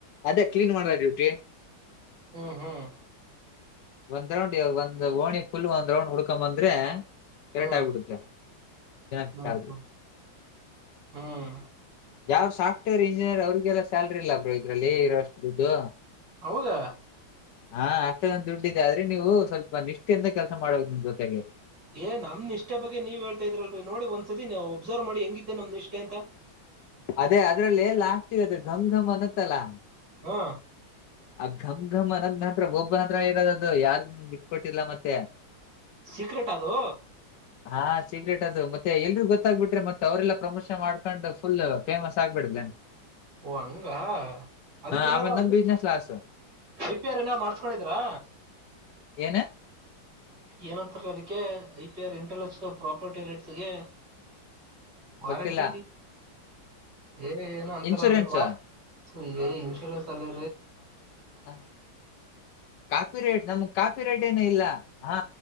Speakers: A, on the left; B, on the right.
A: ಅದೇ ಕ್ಲೀನ್ ಮಾಡಲ ಡೂಟಿ
B: ಹ್ಮ್ ಹ್ಮ್
A: ಒಂದ್ ರೌಂಡ್ ಒಂದ ಒಣಿ ಫುಲ್ ಒಂದ್ ರೌಂಡ್ ಹುಡ್ಕೊಂಬಂದ ಆದ್ರೆ ಕರೆಟ್
B: ಹ್ಮ್
A: ಆಗ್ಬಿಡುತ್ತೆ <inaudible>
B: ಹ್ಮ್ ಹ್ಮ್ ಹ್ಮ್
A: ಯಾರ ಸಾ್ ರ್ ಇಂಜಿನಿಯರ್ ಅವ್ರರಿಗೆಲ್ಲ ಸ್ಯಾಲ್ರಿ ಇಲ್ಲ ಬ್ರೋ ಇದ್ರಲ್ಲಿ ಇರಷ್ಟದು
B: ಹೌದಾ
A: ಹಾ ಅತ್ತ ಒಂದು ದುಡ್ಡ ಆದ್ರೆ ನೀವು ಸ್ವಲ್ಪ ನಿಷ್ಠೆಯಿಂದ ಕೆಲಸ ಮಾಡ್ಬೇಕು ನಿಮ್ ಜೊತೆಗೆ
B: ಏ ನಮ್ ಇಷ್ಟ ಬಗ್ಗೆ ನೀ್ ಹೇಳ್ತಾ ಇದ್ರಲ್ರಿ ನೋಡಿ ಒಂದ್ಸದ ನೀವು ಒಬ್ಸರ್ವ್ ಮಾಡಿ ಹೆಂಗಿದ್ದೆ ನಮ್ದ್ ಇಷ್ಟೆ ಅಂತ
A: ಅದೇ ಅದ್ರಲ್ಲಿ ಎಲ್ಲ ಘಮ್ ಘಮ್ ಅನ್ನುತ್ತಲಾ
B: ಹಾ
A: ಮ್ ಘಮ್ ಅನದ್ನತ್ರ ಒಬ್ ಹತ್ರ ಇರೋದ ಅದು ಯಾರ ಬಿಕ್ಕೊಟ್ಟಿಲ್ಲ ಮತ್ತೆ
B: ಸೀಕ್ರೆಟ್ ಅದು
A: ಹಾ ಸೀಕ್ರೆಟ್ ಅದು ಮತ್ತೆ ಎಲ್ರಿ ಗೊತ್ತಾಗ್ಬಿಟ್ರೆ ಮತ್ತೆ ಅವ್ರಲ್ಲ ಪ್ರಮೋಷನ್ ಮಾಡ್ಕೊಂಡ್ ಫುಲ್ ಫೇಮಸ್ ಆಗ್ಬಿಡಲನ್
B: ಓ ಹಂಗ ಅದಕ್ಕ ಏನಾರ
A: ಆಮೇಲೆ ನಮ್ ಬಿಸ್ನೆಸ್ ಲಾಸ್
B: ಐಪಿ ಆರ್ ಏನ್ ಮಾಡ್ಸ್ಕೊಂಡಿದ್ರಾ
A: ಏನು
B: ಏನಂತಾರೆ ಅದಕ್ಕೆ I P R intellectual property ರೇಟ್ಸ್ಗೆ ವಾರಂಟಿ
A: ಗೊತ್ತಿಲ್ಲ
B: ಏ ಏನು ಅಂತಾರಲ್ರರಿ
A: ಇನ್ಶೂರೆನ್ಸ್
B: ವಾ ಸೊ ಇನ್ಸೂರನ್ಸ್ ಅಲ್ಲಾ
A: ಹ ಕಾಫಿ ರೇಟ್ ನಮಗ್ ಕಾಫಿ ರೇಟ್ ಏನು ಇಲ್ಲ ಹಾ